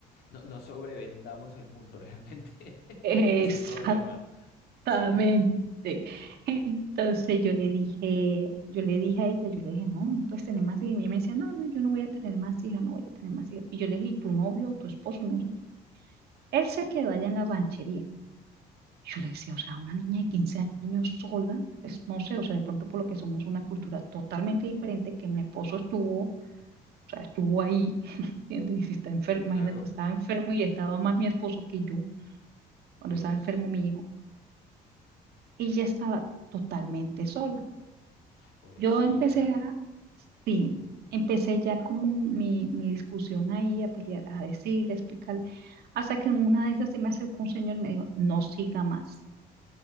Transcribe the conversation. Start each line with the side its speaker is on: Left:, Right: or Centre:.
Left: No, no sobrevendamos el mundo realmente. <laughs>
Right: <laughs>
Left: Es que es un problema. Sí,
Right: Exactamente. Entonces yo le dije, yo le dije a ella, yo le dije, no, no puedes tener más hijos. Y ella me decía, no, no, yo no voy a tener más hijos, no voy a tener más hijos. Y yo le dije, ¿y tu novio, tu esposo, no sé. Él se quedó allá en la ranchería. Yo le decía, o sea, una niña de 15 años sola, pues no sé, o sea, de pronto por lo que somos una cultura totalmente diferente, que mi esposo estuvo O sea, estuvo ahí, <laughs> ¿entiendes? Y si está enfermo,
Left: claro.
Right: imagínate, estaba enfermo y estaba más mi esposo que yo
Left: Dios,
Right: cuando estaba enfermo mi hijo. Ella estaba totalmente sola.
Left: pobrecita.
Right: Yo empecé a, sí, empecé ya como mi, mi discusión ahí, a pelear, a decirle, a explicarle, hasta que en una de esas se me acercó un señor y me dijo, no siga más.